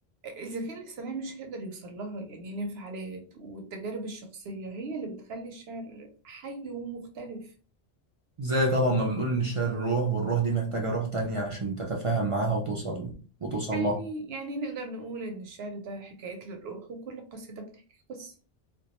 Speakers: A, on the right; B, on the right.
A: الذكاء الاصطناعي مش هيقدر يوصل لها يعني الانفعالات والتجارب الشخصية هي اللي بتخلي الشعر حي ومختلف
B: زي طبعا ما بنقول إن الشعر روح والروح دي محتاجة روح تانية عشان تتفاهم معاها وتوصل وتوصل
A: يعني
B: لها
A: يعني نقدر نقول إن الشعر ده حكايات للروح وكل قصيدة بتحكي قصة